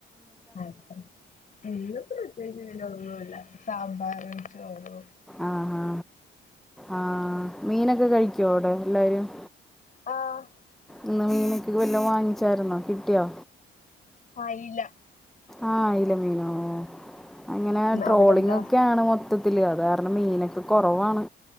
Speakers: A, on the left; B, in the centre.
A: അെ ഉ <unintelligible> ഒന്നുംല്ല സാമ്പാർ ഒിച്ചോറോ
B: ആ ആ ആ മീനൊക്കെ കഴിക്കുവോ അവിടെ എല്ലാരും?
A: ആഹ്
B: ഇന്ന് മീനൊക്ക പിന്നെ വാങ്ങിച്ചായിരുന്നോ കിട്ടിയോ?
A: അയില
B: ആ അയില മീനോ? ഓ അങ്ങനെ ട്രോളിംഗ
A: അവിടെ എന്താ
B: ഒക്കെയാണ് മൊത്തത്തില് അത മീനൊക്കെ കുറവാണ്.